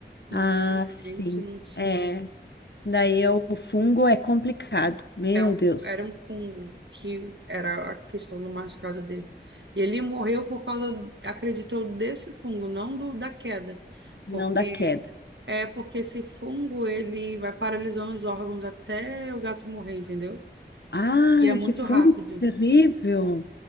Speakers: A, on the right; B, on the left.
A: Infelizmente,
B: Ah, sim.
A: não tinha.
B: É. Daí eu- o fungo é complicado. Meu
A: É um,
B: Deus,
A: era um Kungo, que era a questão do machucado dele. E ele morreu por causa, acredito eu, desse fungo, não do, da queda.
B: não
A: Porque
B: dá queda.
A: é porque esse fungo ele vai paralisando os órgãos até o gato morrer, entendeu?
B: Ai,
A: E é muito
B: que fungo
A: rápido.
B: terrível.